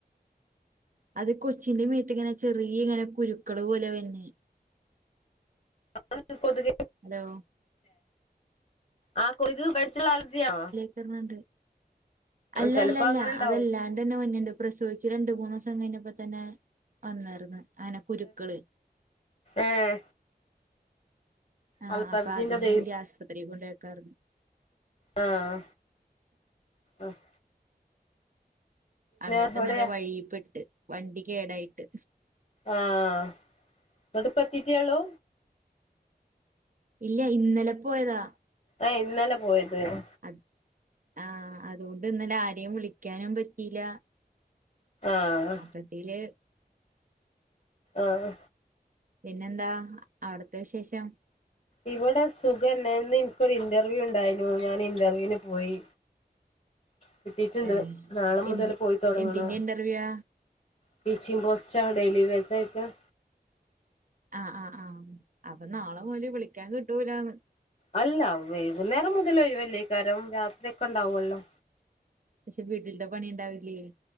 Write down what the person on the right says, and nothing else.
അത് കൊച്ചിന്റെ മേത്ത് ഇങ്ങനെ ചെറിയ ഇങ്ങനെ കുരുക്കൾ പോലെ വന്നേ.
ഹലോ
ത്രണ്ണണ്ട് അല്ല
അല്ല അല്ല
അതല്ലാണ്ടന്നെ മഞ്ഞണ്ട് പ്രസവിച്ച് രണ്ട് മൂന്ന്സം കഴിഞ്ഞപ്പോതന്നെ വന്നായിരുന്നു അങ്ങനെ കുരുക്കള്.
ആഹ്
അപ്പൊ അതിന്
വേണ്ടി ആശ്പത്രിയിൽ കൊണ്ടാക്കാര്ന്നു.
അന്നിട്ട്
ഇന്നലെ വഴിയിപ്പെട്ട് വണ്ടികേടായിട്ട്
ഇല്ല ഇന്നലെ പോയതാ
അത് ആഹ് അതോണ്ട് ഇന്നല ആരെയും വിളിക്കാനും പറ്റിയില്ല
മൊത്തത്തില്
പിന്നെന്താ അവിട്ത്തെ വിശേഷം
ഏ
എന്ത്
എന്തിന്റെ ഇന്റർവ്യൂവാ
ആഹ് ആഹ് ആഹ് അപ്പൊ നാളെ മുതല് വിളിക്കാൻ കിട്ടൂലാന്ന്
പക്ഷെ വീട്ടിൽത്തെ പണിണ്ടാവില്ലേ